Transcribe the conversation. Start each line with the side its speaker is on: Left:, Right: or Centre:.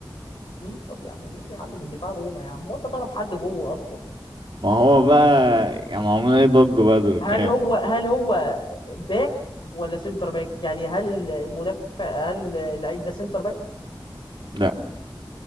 Left: مين طب يا عم مين يا عم من دفاع روما يا عم وانت تعرف حد جوه اصلا
Right: ما هو بقى يعني معمول اي ضجة بقى دول
Left: هل
Right: كام
Left: هو هل هو باك ولا سنتر باك يعني هل ال- المدافع هل اللعيب ده سنتر باك
Right: لا